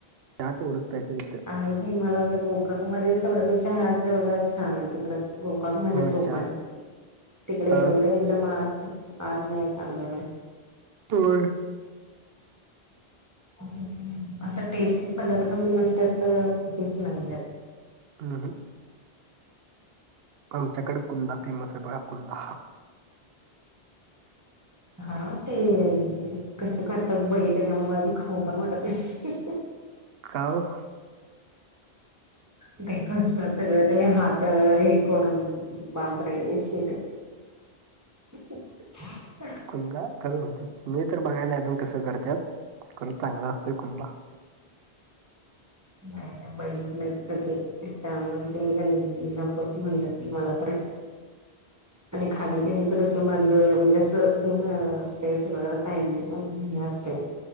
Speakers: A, on the right; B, on the right.
A: <unintelligible>
B: आहे मला ते गोकां मध्येच <unintelligible> तेवढं एक छान आहे तिकड. गोकां मध्ये
A: हा
B: तो
A: चहा
B: पण, <inaudible> तिकडे
A: हा
B: एवढे एकदम आज नाही चांगलं एवढं.
A: तोय
B: <inaudible> असं टेस्टी पदार्थ म्हण नसतं, तर हेच नाहीये.
A: अहं <inaudible> आमच्याकडे कुंदा फेमस आहे, बघा कुंदा.
B: हा ते, कसं करतात बघितलं त्यामुळं, मला ते खाउ पण वाटत नाही.
A: का ओ?
B: बाई गं, असं सगळं ते हात हे करून. बाबरे! शी बाई. <inaudible>
A: कुंदा करू. मी तर बघाय ना अजून कसं करत्यात? करून चांगला असतोय कुंदा.
B: नाही ना, बघिलत एकतर ते त्यामुळे ते म्हणे नकोच म्हणलं ते. मला परत आणि खालं कि त्याचं कसं, माझं म्हणजे असं हे नसतं, सगळं टाईमिंग हे असत.